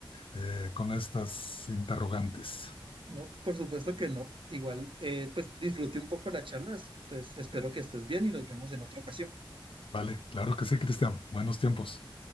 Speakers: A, on the left; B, on the right.
A: eh, con estas interrogantes.
B: No, por supuesto que no. Igual, eh, pues disfruté un poco las charlas, entonces espero que estés bien y nos vemos en otra ocasión.
A: Vale, claro que sí, Cristian. Buenos tiempos.